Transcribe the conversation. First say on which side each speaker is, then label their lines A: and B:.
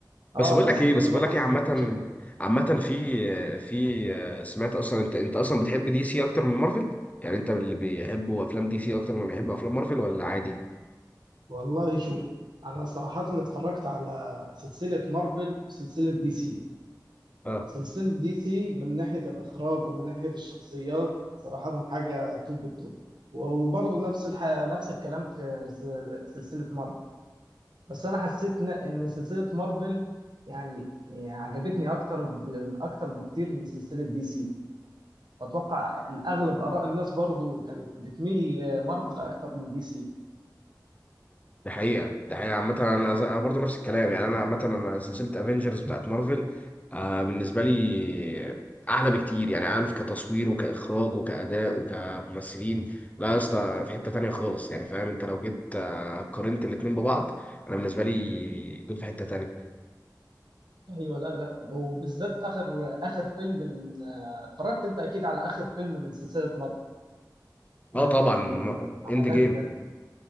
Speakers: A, on the right; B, on the left.
A: اه
B: بس بقول
A: بس
B: لك ايه
A: بيقولوا
B: بس بقول
A: حصلت
B: لك ايه عامة
A: مشاكل
B: عامة في في آه، سمعت اصلا انت انت اصلا بتحب دي سي اكتر من مارفل؟ يعني انت اللي بيحبوا افلام دي سي اكتر ما بيحبوا افلام مارفل ولا عادي؟
A: والله شوف انا صراحة اتفرجت على سلسلة مارفل وسلسلة دي سي
B: اه
A: سلسلة دي سي من ناحية الاخراج ومن ناحية الشخصيات صراحة حاجة توب التوب وبرضه نفس الح... نفس الكلام في س- سلسلة مارفل بس انا حسيت ان إن سلسلة مارفل يعني يعني عجبتني اكتر ب... اكتر بكتير من سلسلة دي سي واتوقع الاغلب اراء الناس برضه كانت بتميل مارفل اكتر من دي سي
B: ده حقيقة ده حقيقة عامة أنا ز- أنا برضه نفس الكلام يعني أنا عامة أنا سلسلة أفينجرز بتاعت مارفل آه بالنسبة لي أحلى بكتير يعني عارف كتصوير وكإخراج وكأداء وكممثلين لا يا اسطى في حتة تانية خالص يعني فاهم أنت لو جيت آه، قارنت الاتنين ببعض أنا بالنسبة لي دول في حتة تانية
A: ايوه لا لا وبالذات اخر اخر فيلم من آه، اتفرجت انت اكيد على اخر فيلم من سلسله مارفل ده
B: اه طبعا
A: كان
B: م-
A: عالمي
B: اند جيم
A: ده